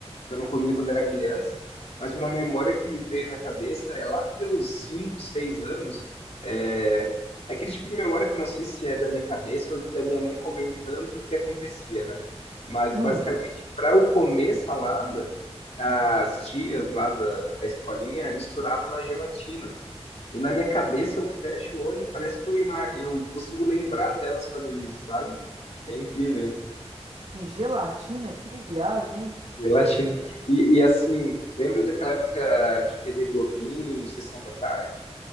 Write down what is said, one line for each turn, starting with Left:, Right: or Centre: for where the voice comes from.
Left: que eu não comia quando era criança, mas uma memória que me veio na cabeça é lá pelos 5, 6 anos, é é aquele tipo de memória que eu não sei se é da minha cabeça ou da minha mãe comentando o que acontecia, né? Mas
Right: hum.
Left: basicamente, para eu comer salada as tias lá da, da escolinha misturavam na gelatina. E na minha cabeça eu fecho o olho e parece que eu, ima- eu consigo lembrar delas fazendo isso, sabe? É incrível.
Right: Em gelatina, que viagem, hein?
Left: Gelatina. E, e assim, lembra daquela época de TV Globinho, Sessão da Tarde?